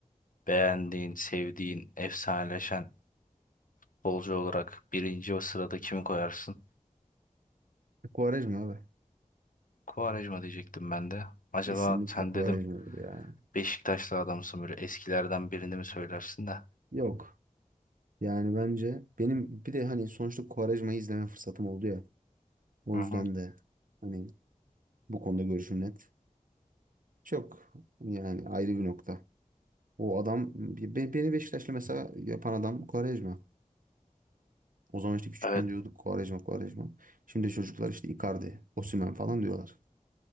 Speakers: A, on the left; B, on the right.
A: Beğendiğin, sevdiğin, efsaneleşen bolcu olarak birinci o sırada kimi koyarsın?
B: Quaresma abi.
A: Quaresma diyecektim ben de. Acaba
B: Kesinlikle
A: sen
B: Quaresma
A: dedim
B: abi ya.
A: Beşiktaşlı adamsın böyle eskilerden birini mi söylersin de?
B: Yok. Yani bence benim bir de hani sonuçta Quaresma'yı izleme fırsatım oldu ya. O
A: Hı
B: yüzden
A: hı.
B: de hani bu konuda görüşüm net. Çok yani ayrı bir nokta. O adam be- beni Beşiktaşlı mesela yapan adam Quaresma. O zaman işte küçükken
A: Evet,
B: diyorduk Quaresma Quaresma. Şimdi çocuklar işte Icardi, Osimhen falan diyorlar.